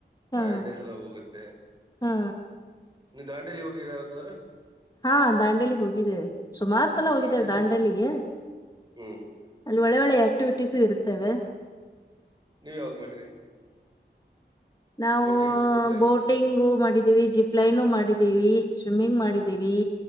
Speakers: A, on the left (about 20°); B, on the right (about 25°).
A: ಹಾ
B: ಟೈರ್ಡ್ನೆಸ್ ಎಲ್ಲ ಹೋಗುತ್ತೆ
A: ಹಾ
B: ನೀವು ದಾಂಡೇಲಿ ಹೋಗಿದಿರಾ ಯಾವತ್ತಾದ್ರೂ.
A: ಹಾ ದಾಂಡೇಲಿಗೆ ಹೋಗಿದ್ದೇವೆ ಸುಮಾರು
B: ಹ್ಮ್
A: ಸಲ ಹೋಗಿದ್ದೇವೆ
B: ದಾಂಡೇಲಿ
A: ದಾಂಡೆಲ್ಲಿಗೆ
B: ಹ್ಮ್
A: ಒಳ್ಳೆ ಒಳ್ಳೆ ಆಕ್ಟಿವಿಟೀಸು ಇರ್ತವೆ.
B: ನೀವ ಯಾವ್ದ್ ಮಾಡ್ರಿ.
A: ನಾವು
B: ಬೋಟಿಂಗ್ ಜಿಪ್ ಲೈನ್
A: ಬೋಟಿಂಗು ಮಾಡಿದ್ದೀವಿ, ಜಿಪ್ ಲೈನು ಮಾಡಿದ್ದೀವಿ, ಸ್ವಿಮ್ಮಿಂಗ್ ಮಾಡಿದ್ದೀವಿ.
B: ಹ್ಮ್